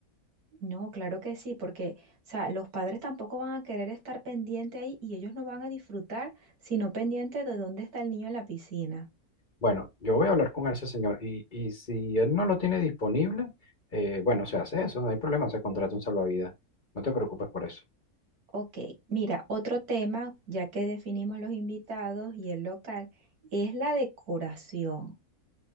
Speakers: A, on the right; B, on the left.
A: No, claro que sí, porque, o sea, los padres tampoco van a querer estar pendiente ahí y ellos no van a disfrutar, sino pendiente de dónde está el niño en la piscina.
B: Bueno, yo voy a hablar con ese señor y, y si él no lo tiene disponible, eh, bueno, se hace eso, no hay problema, se contrata un salvavidas. No te preocupes por eso.
A: Ok, mira, otro tema, ya que definimos los invitados y el local, es la decoración.